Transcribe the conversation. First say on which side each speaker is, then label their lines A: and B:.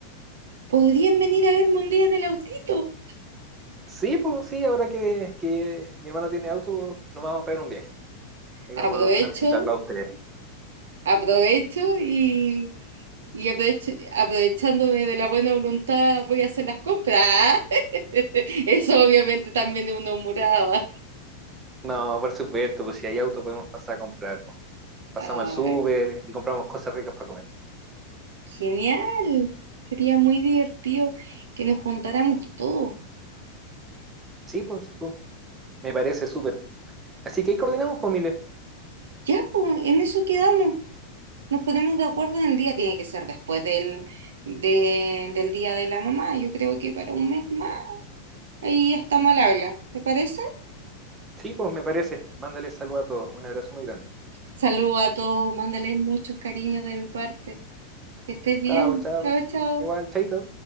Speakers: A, on the right; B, on the right.
A: ¿Podrían venir a verme un día en el autito?
B: Sí, pues sí, ahora que, que mi hermano tiene auto, nos vamos a pegar un viaje. Ahí
A: Aprovecho
B: vamos a, a visitarlo a ustedes.
A: aprovecho y, y aprovecho- aprovechándome de la buena voluntad voy a hacer las compras. <laughs> Eso obviamente también es una humorada.
B: No, por supuesto, pues si hay auto podemos pasar a comprar, pues. Pasamos
A: Ay,
B: al súper y compramos cosas ricas para comer.
A: genial. Sería muy divertido que nos juntáramos todos.
B: Sí, pues sí, pues. Me parece súper. Así que ahí coordinamos, pues, Mile.
A: Ya, pues, en eso quedamos. Nos ponemos de acuerdo en el día. Tiene que ser después del, de- del día de la mamá. Yo creo que para un mes más. Ahí está mal habla. ¿Te parece?
B: Sí, pues me parece. Mándale saludo a todos. Un abrazo muy grande.
A: Saluda a todos. Mándales muchos cariños de mi parte. Que estés bien.
B: Chao, chao.
A: Chao, chao.
B: Igual, chaito.